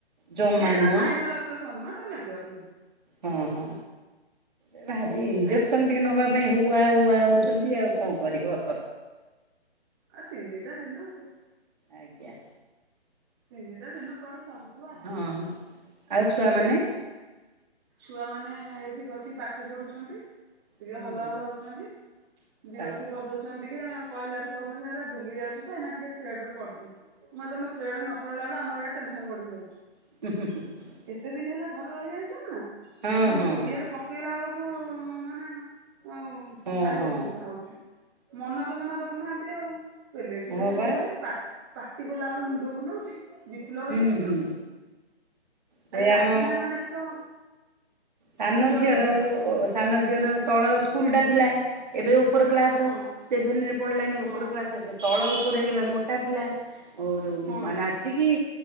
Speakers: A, on the right (about 45°); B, on the right (about 20°).
A: ଜମା
B: ଏଇଟା
A: ନୁହଁ
B: ମାଇନର ଅପରେସନ ମ ଏଟା ମେଜର ନୁହଁ।
A: ହଁ ହଁ ଏ ଭାରି ଇଞ୍ଜେକ୍ସନ୍
B: ଏ
A: ଟିକେ ନବା ପାଇଁ ହୁହା ହୁଆ ହୋଉଚନ୍ତି ଆଉ କଣ କରିବ।
B: ଆଉ ତିନିଟା ଦିନ ସେ
A: ଆଜ୍ଞା।
B: ତିନିଟା ଦିନ କୁଆଡେ ସରିଯି
A: ହଁ ହଁ ଆଉ ଛୁଆମାନେ?
B: ଛୁଆମାନେ ଏଇଠି ବସିକି ପାଠ ପଢୁଚନ୍ତି। ଟିକେ
A: ହୁଁ
B: ହଲ
A: ହୁଁ
B: ହଲ ହୋଉଚନ୍ତି ବିରକ୍ତି
A: ଆଚ୍ଛା
B: କରିଦୋଉ ଚନ୍ତି ଟିକେ ଆଉ କହିଲାଠୁ କୋହୁଛନ୍ତି ଏରା ଭୁଲିଯାଇଛୁ ତ ଏଇନା ଟିକେ ଥ୍ରେଡରେ ପଢୁ ଉଁ ମୁଁ କଇଲି ତମେ ଥ୍ରୀଡରେ ନ ପଢିଲା ବେଳେ ଆମର ଇଆଡେ ଟେନସନ ବଢିଯାଉଚି।
A: ଉ ହୁଁ ହୁଁ ହୁଁ ହୁଁ।
B: ଏତେ ଦିନି ହେଲା ଘରେ ରହିଯାଇଚନ ନା।
A: ହଁ
B: ତାଙ୍କୁ
A: ହଁ ହଁ
B: ଇଏରେ ପକେଇଲା ବେଳକୁ ମାନେ ଆଉ
A: ହଁ
B: ଭାରି
A: ହଁ
B: ଅସୁବିଧା ହୋଉଚି ମନ ତ ଜମା ଦୋଉନାହାନ୍ତି ଆଉ। ପେଲେଇ ଠେଲେଇ
A: ହଁ
B: କେତେ
A: ବା
B: କରିବେ ପା ପାଟି କାଲା ଏଳକୁ ମୁଣ୍ଡ ବୁଲୋଉଚି ବି ପି ଲୋ
A: ହୁଁ
B: ହେଇଯାଉଚି।
A: ହୁଁ ସେ
B: ଆଉ ଏ ରାଗିଲା
A: ଆମ
B: ମାନେ ତ
A: ସାନ
B: ଜୋରେ
A: ଝିଅର
B: ପାଟି ହଉଛି
A: ଓ ଓ ସାନ ଝିଅର ତଳ ସ୍କୁଲଟା ଥିଲା ଏବେ ଓପର କ୍ଲାସ
B: ହଁ।
A: ସେଭେନରେ ପଡିଲାଣି
B: ହଁ
A: ଓପର କ୍ଲାସେ ସେ ତଳ ଓପର ହେଇଗଲା ମୋଟା ପିଲା ଓରୁ
B: ହଁ
A: ମାନେ ଆସିକି